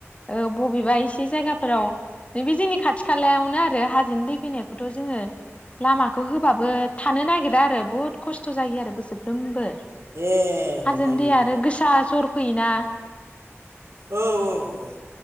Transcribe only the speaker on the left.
ओ बबेबा एसे जायगाफोराव नैबे जोंनि खाथि खालायावनो आरो हाजोनि दै फैनायखौथ' जोङो लामाखौ होबाबो थानो नागिरा आरो बुहुद खस्थ' जायो आरो। बोसोरफ्रोमबो
हाजोनि
दैआ आरो गोसा जर फैयोना